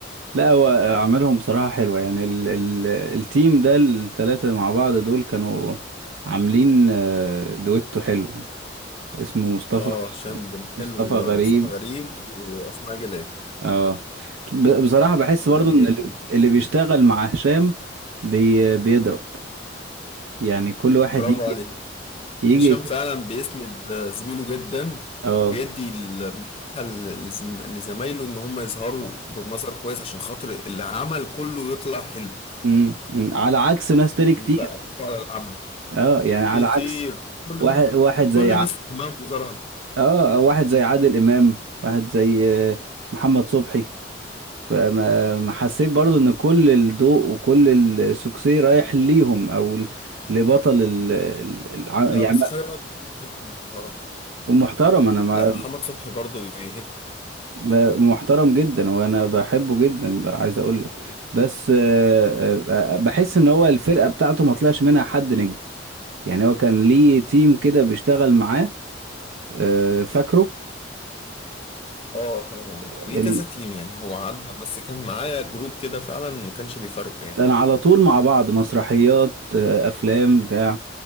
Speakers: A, on the right (about 90°); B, on the left (about 30°).
A: لا هو عملهم بصراحة حلوة يعني ال ال التيم ده التلاتة مع بعض دول كانوا عاملين آه، دويتو حلو اسمه مصطفى
B: اه هشام جمال
A: مصطفى غريب
B: ومصطفى غريب واسماء جلال
A: اه ب- بصراحة بحس
B: لا،
A: برضو
B: جامد
A: ان اللي اللي بيشتغل مع هشام بي بيضرب يعني كل واحد
B: برافو
A: يجي
B: عليك
A: يجي
B: هشام فعلا بيسند آه، زميله جدا
A: اه
B: وبيدي المساحة لزم- لزمايله ان هم يظهروا بمظهر كويس عشان خاطر العمل كله يطلع حلو
A: امم أمم. على عكس ناس تاني كتير
B: بيبقى على العمل
A: اه يعني على
B: كتير
A: عكس
B: كل
A: واحد واحد زي
B: كل الناس
A: ع-
B: دماغهم مظهرها
A: اه آه، واحد زي عادل امام واحد زي آه، محمد صبحي ك- ما ما حسيت برضو ان كل الضوء وكل السوكسي رايح ليهم او ل- لبطل ال ال- الع-
B: لا
A: يعني
B: بس خلي بالك محمد صبحي محترم
A: ومحترم انا ما
B: لا محمد صبحي برضو بيهب
A: ب- محترم جدا وانا بحبه جدا بقى عايز اقول لك بس آه، آه، آه، بحس ان هو الفرقة بتاعته ما طلعش منها حد نجم يعني هو كان ليه تيم كده بيشتغل معاه آه، فاكره
B: اه طبعا
A: ال-
B: ليه كذا تيم يعني هو عدى بس كان معايا جروب كده فعلا ما كانش بيفرقوا يعني
A: كان على طول مع بعض مسرحيات آه، افلام بتاع